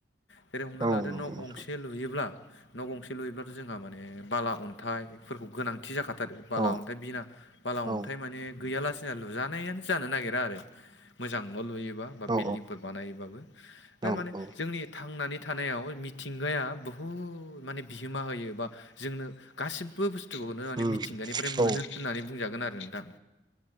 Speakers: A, on the left; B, on the right.
A: जेरै हमना
B: औ
A: लादो
B: नंगौ
A: न' गंसे
B: नोंथां
A: लुयोब्ला न' गंसे लुयोब्लाथ' जोंहा माने बाला अन्थाइफोरखौ गोनांथि जाखाथारो बाला
B: औ
A: अन्थाइ बिना बाला
B: औ
A: अन्थाइ माने गैयालासिनो लुजानायानो जानो नागिरा आरो मोजां न' लुयोबा बा
B: औ
A: बिल्डिंफोर बानायबाबो थारमाने
B: औ औ
A: जोंनि थांनानै थानायाव मिथिंगाया बुहुद माने बिहोमा होयो बा जोंनो गासिबो बुस्थुखौनो माने
B: उम
A: मिथिंगानिफ्राय मोनो
B: औ
A: होननानै बुंजागोन आरो नोंथां।